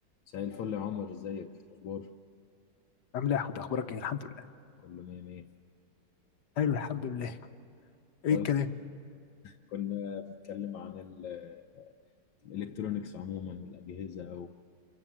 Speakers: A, on the left (about 85°); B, on the left (about 65°).
A: مساء الفل يا عمر ازيك الاخبار
B: عامل ايه يا حود اخبارك ايه الحمد لله
A: كله مية مية
B: ايوه الحمد لله ايه
A: طيب
B: الكلام
A: كنا بنتكلم عن ال- الالكترونيكس عموما والاجهزه